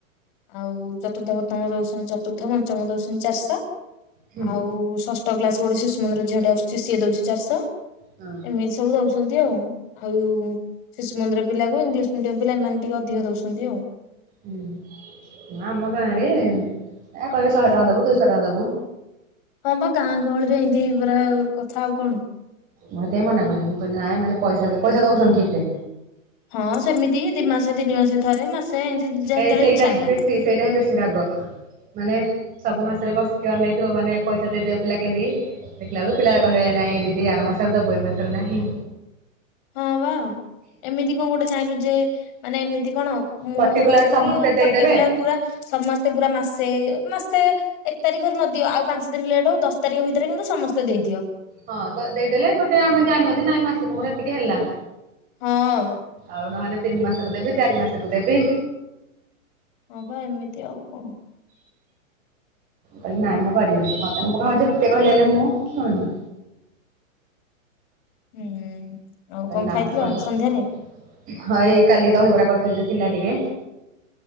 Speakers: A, on the left; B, on the right.
A: ଆଉ ଚତୁର୍ଥ, ପ୍ର‌ଥମ, ଚତୁର୍ଥ, ପଞ୍ଚମ ଦୋଉଚନ୍ତି ଚାରିଶହ
B: ହୁଁ
A: ଆଉ ଷ ଷ୍ଠ କ୍ଲାସ୍ ରୁ ଗୋଟେ ଶିଶୁମନ୍ଦିର ଝିଅଟେ ଆସୁଚି ସିଏ ଦୋଉଚି ଚାରିଶହ
B: ହଁ
A: ଏମିତି ସବୁ ଦୋଉ ଦଉଛନ୍ତି ଆଉ। ଆଉ ଶିଶୁ ମନ୍ଦିର ପିଲାକୁ ଇଂଲିଶ ମିଡ଼ିୟମ ପିଲା ଏମାନେ ଟିକେ ଅଧିକ ଦଉଛନ୍ତି ଆଉ।
B: ଉୁହୁଁ ଆମ ଗାଁରେ ଏ କହିବେ ଶହେ ଟଙ୍କା ଦବୁ, ଦୁଇଶହ ଟଙ୍କା ଦବୁ।
A: ହଁ ବା ଗାଁ ଗହଳିରେ ଏମିତି ପୁରା କଥା ଆଉ କଣ।
B: ମୋତେ ବି ମନା କଲେ, ମୁଁ କହିଲି ନାଇ ମାନେ ପଇସା ପଇସା ଦଉଛନ୍ତି ଠିକ ରେ?
A: ହଁ ସେମିତି ଦି ମାସେ ତିନି ମାସେ ଥରେ ମାସେ ଏମିତି ଯେତେବେଳେ
B: ଏ ସେଇଟା
A: ଇଚ୍ଛା
B: ହିଁ
A: ହେଲା
B: ବେଶୀ ସେଇଟା ହିଁ ବେଶୀ ରାଗ। ମାନେ ସବୁ ମାସରେ ବସିକି ଅନେଇଥିବ ମାନେ ପଇସା ଦେଇଦେବେ ପିଲା କେମିତିି। ଦେଖିଲା ବେଳକୁ ପିଲା କହିବେ ନାଇଁ ଦିଦି ଆର ମାସରେ ଦବୁ ଏ ମାସରେ ନାହିଁ।
A: ହଁ ବା ଏମିତି କଣ ଗୋଟେ ଚାହିଁଲୁ ଯେ ମାନେ ଏମିତି କଣ। ମୁଁ
B: ପର୍ଟିକୁଲାର
A: କଥା
B: ସମସ୍ତେ
A: କି
B: ଦେଇଦେବେ
A: ପର୍ଟିକୁଲାର ପୁରା ସମସ୍ତେ ପୁରା ମାସେ ମାସେ ଏକ ତାରିଖରେ ନଦିଅ ଆଉ ପାଞ୍ଚ ଦିନ ଲେଟ୍ ହଉ ଦଶ ତାରିଖ ଭିତରେ କିନ୍ତୁ ସମସ୍ତେ ଦେଇଦିଅ।
B: ହଁ ଦେଇଦେଲେ ଗୋଟେ ଆମେ ଜାଣିବା ଯେ ନାଇଁ ମାସକୁ ମୋର ଏତିକି ହେଲା।
A: ହଁ
B: ଆଉ ନହେଲେ ତିନି ମାସକୁ ଦେବେ ଚାରି ମାସକୁ ଦେବେ।
A: ହଁ ବା ଏମିତି ଆଉ କଣ।
B: କହିଲି ନାଇଁ ମୁଁ କରିବିନି ମତେ ମୁଁ କ ଯେତେ କହିଲେ ହେଲେ ମୁଁ ଶୁଣୁନି।
A: ହୁଁ। ଆଉ କଣ
B: ନା
A: ଖାଇଥିଲ
B: ମୁଁ କରିବି
A: ସନ୍ଧ୍ୟାରେ
B: ନାହିଁ। ହଇ କାଲି ଦହିବରା କରିଥିଲି ଯେ ଥିଲା ଟିକେ।